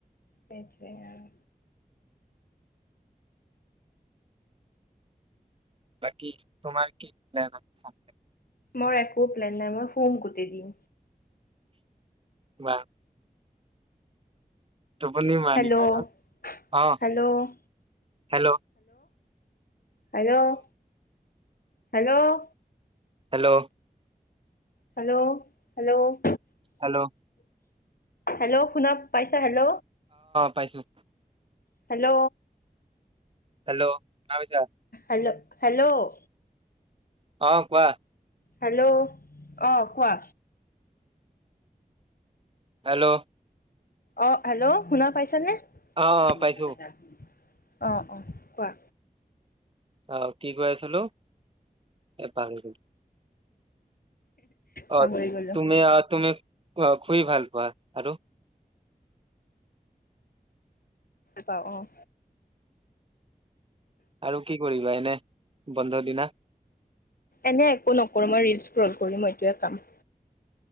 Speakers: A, on the left (about 70°); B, on the right (about 35°).
A: সেইটোৱে আৰু
B: বাকী তোমাৰ কি প্লেন <unintelligible>
A: মোৰ একো প্লেন নাই মই শুম গোটেই দিন।
B: বা টোপনি মাৰিবা
A: হেল্ল'
B: ন? অঁ,
A: hello
B: hello?
A: Hello? Hello?
B: Hello?
A: Hello, hello?
B: Hello অ
A: হেল্ল', শুনা পাইছা? হেল্ল'?
B: পাইছোঁ।
A: হেল্ল'?
B: হেল্ল', শুনা পাইছা?
A: Hello, hello?
B: অঁ, কোৱা।
A: হেল্ল', অঁ, কোৱা।
B: হেল্ল'।
A: অঁ, হেল্ল', শুনা পাইছনে?
B: অ
A: <unintelligible>
B: পাইছো
A: অঁ, অঁ, কোৱা।
B: অঁ, কি কৈ আছিলো? এ পাহৰি গলো।
A: পাহৰি
B: অ',
A: গলো
B: তুমি অ', তুমি অঁ, শুই ভাল পোৱা। আৰু?
A: পাওঁ অ
B: আৰু কি কৰিবা এনে বন্ধৰ দিনা
A: এনে একো নকৰো মই ৰিল স্ক্ৰল কৰি মই এইটোৱে কাম